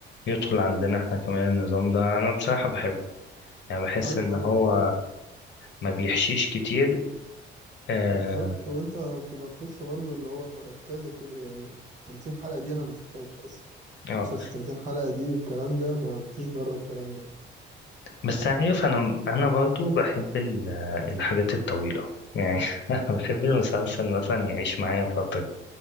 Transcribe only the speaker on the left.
يدخل عندنا احنا كمان النظام ده أنا بصراحة بحبه يعني بحس
إن
هو ما بيحشيش كتير اه
آه
بس عارف انا انا برضو بحب ال- الحاجات الطويله يعني <laughs> بحب المسلسل مثلا يعيش معايا فتره